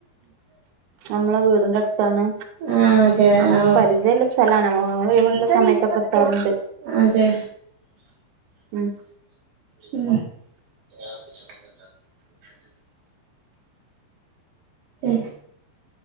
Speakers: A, on the right; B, on the right.
A: നമ്മള വീടിന്റെടുത്താണ്
B: ആഹ് അതെ
A: അങ്ങനെ
B: ആഹ്
A: പരിചയൊള്ള സ്ഥലമാണ് നമ്മള് ഒഴിവൊള്ള സമയത്തൊക്കെ എത്താറുണ്ട്
B: അതെ
A: ഉം
B: ഉം <unintelligible> <inaudible> ഉം